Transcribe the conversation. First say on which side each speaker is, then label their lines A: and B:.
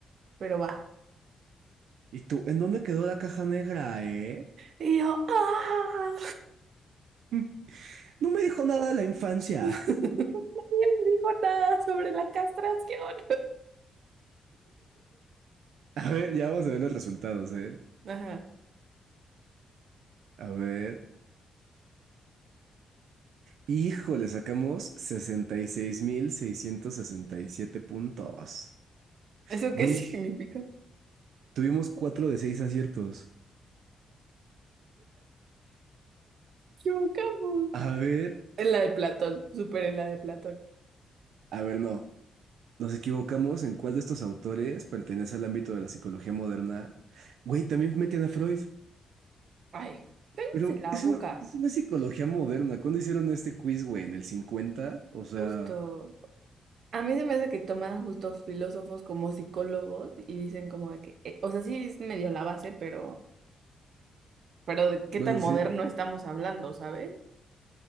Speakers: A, on the right; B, on the right.
A: pero va.
B: ¿Y tú, en dónde quedó la caja negra, eh? <laughs>
A: Y yo, ¡ah!
B: Mm, No me dijo nada de la infancia.
A: <laughs>
B: <laughs>
A: Nadie me dijo nada sobre la castración.
B: A ver, ya vamos a ver los resultados, ¿eh?
A: <laughs> Ajá.
B: A ver. Híjole, sacamos sesenta sesenta y y seis mil seiscientos sesenta y siete puntos.
A: ¿Eso
B: Güey,
A: qué <laughs> significa?
B: tuvimos cuatro de seis aciertos.
A: Chocamos.
B: A ver,
A: En la de Platón, súper en la de Platón.
B: a ver, no. Nos equivocamos en cuál de estos autores pertenece al ámbito de la psicología moderna. Güey, también metían a Freud.
A: Ay, cállense
B: Pero
A: la
B: es,
A: boca,
B: un- es una psicología moderna. ¿Cuándo hicieron este quiz, güey? ¿En el cincuenta, O sea,
A: justo. A mí se me hace que toman justo filósofos como psicólogos y dicen como de que, eh, o sea, sí es medio la base, pero, pero de qué
B: bueno,
A: tan
B: sí,
A: moderno estamos hablando, ¿sabes?